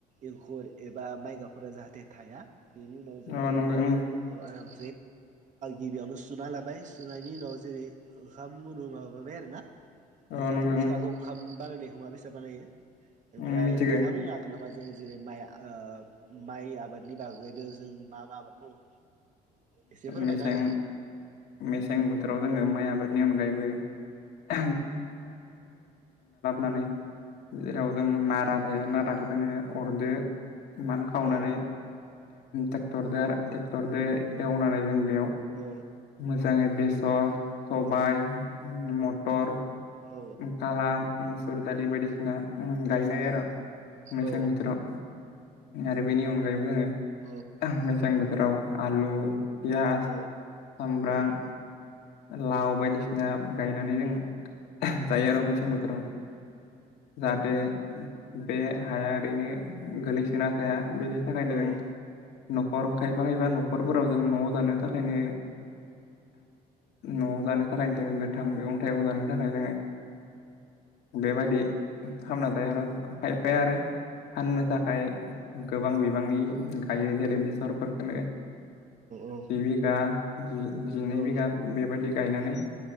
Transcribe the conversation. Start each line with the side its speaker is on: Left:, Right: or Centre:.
Right: एंखुर एबा माइगाफोरा जाहाथे थाया बेनि उनाव जोङो
Left: औ नंगौ
Right: बे
Left: उम
Right: माइरंफोरखौ आराम गिबियावनो सुना लाबाय सुनायनि उनाव जेरै ओंखाम गुनु माबाबाय आरो ना
Left: औ। नंगौ
Right: नोंथ' मिथिखागौ
Left: उम
Right: ओंखाम बानायनायखौ बेसे बानायो ओमफ्राय
Left: उम मिथिगौ
Right: नोंथाङा बुंनो हागोन नामा? जों जेरै माइ माइ आबादनि बागैबो जों मा मा आबाद मावो? एसे फोरमायना
Left: मेसें
Right: होदो
Left: मेसें बोथोराव जोङो माइ आबादनि अनगायैबो <inaudible> नानै जेराव जों नारा थायो नाराखौ जोङो अरदो मान खावनानै
Right: औ
Left: टेक्टर ट्रेक्टरजों एवनानै जों बेयाव
Right: औ
Left: मोजाङै बेसर सबाइ मथर
Right: औ
Left: काला मुसुर दालि बायदिसिना गायनाय
Right: औ
Left: आरो मेसें
Right: औ
Left: बोथोराव आरो बेनि अनगायैबो जोङो
Right: औ
Left: मेसें बोथोराव आलु पियाज
Right: औ
Left: सामब्राम लाव बायदिसिना गायनानै जों जायो आरो मेसें बोथोराव जाहाथे बे हाया ओरैनो गोग्लैसोना थाया बेनि थाखायनो जों
Right: औ
Left: न'खर खायफा खायफा न'खरफोराव जों न'आव जानो थाखायनो न'आव जानो थाखायनो जोङो गोथां मैगं थाइगं जानो नि थाखाय जोङो बेबायदि खालामना जायो आरो' खायफाया आरो फाननो थाखाय गोबां बिबांनि गायो जेरै बेसरफोरखौ
Right: औ
Left: जि बिघा जिनै
Right: औ
Left: बिघा बेबायदि गायनानै